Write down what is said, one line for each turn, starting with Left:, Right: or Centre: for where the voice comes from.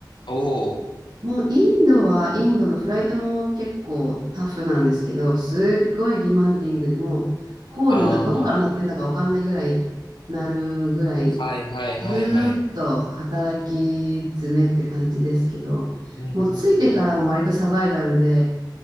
Left: <laughs> おお、
Right: もう、インドは、インドのフライトも結構タフなんですけど、すっごいディマンディングでもう、コールな、
Left: あ
Right: どこから鳴ってんだかわかんないぐらい、鳴るぐらい
Left: あ、はいはいはいはい。
Right: ずーっと働き詰めって感じですけど、
Left: うんうんうん。
Right: もう着いてからも割とサバイバルで、